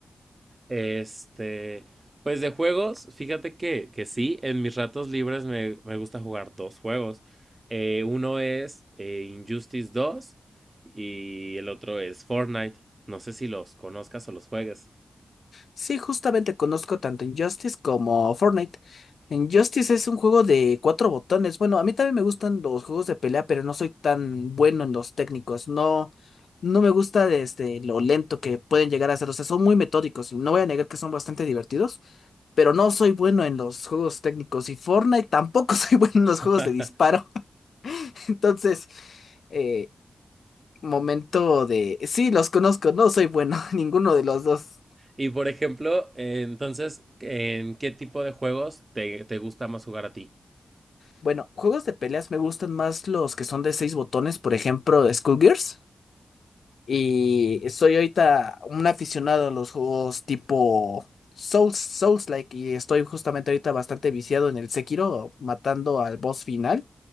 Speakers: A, on the right (about 25°); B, on the left (about 80°).
A: Este, pues de juegos, fíjate que, que sí, en mis ratos libres me, me gusta jugar dos juegos. Eh, uno es eh, Injustice dos y el otro es Fortnite. No sé si los conozcas o los juegues.
B: Sí, justamente conozco tanto Injustice como Fortnite. Injustice es un juego de cuatro botones. Bueno, a mí también me gustan los juegos de pelea, pero no soy tan bueno en los técnicos. No, no me gusta desde lo lento que pueden llegar a ser. O sea, son muy metódicos. No voy a negar que son bastante divertidos, pero no soy bueno en los juegos técnicos. Y Fortnite tampoco <laughs> soy bueno en
A: <laughs>
B: los juegos de disparo. Entonces, eh, momento de... Sí, los conozco, no soy bueno, <laughs> ninguno de los dos.
A: Y por ejemplo, eh, entonces, ¿en qué tipo de juegos te, te gusta más jugar a ti?
B: Bueno, juegos de peleas me gustan más los que son de seis botones, por ejemplo, Skullgirls. Y soy ahorita un aficionado a los juegos tipo Souls, Souls-like, y estoy justamente ahorita bastante viciado en el Sekiro, matando al boss final.